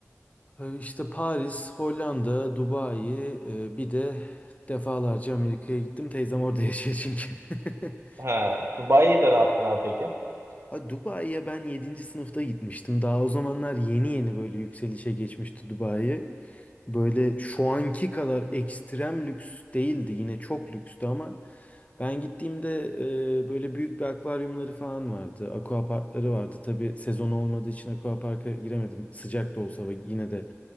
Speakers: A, on the left (about 30°); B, on the right (about 60°).
A: Ee, İşte Paris, Hollanda, Dubai, e, bir de defalarca Amerika'ya gittim. Teyzem orada yaşıyor çünkü. <laughs>
B: Ha, Dubai'de ne yaptın abi peki?
A: Ha, Dubai'ye ben yedinci sınıfta gitmiştim. Daha o zamanlar yeni yeni böyle yükselişe geçmişti Dubai. Böyle şu anki kadar ekstrem lüks değildi. Yine çok lükstü ama ben gittiğimde e, böyle büyük bir akvaryumları falan vardı. Aquaparkları vardı. Tabii sezon olmadığı için aquaparka giremedim. Sıcak da olsa ve yine de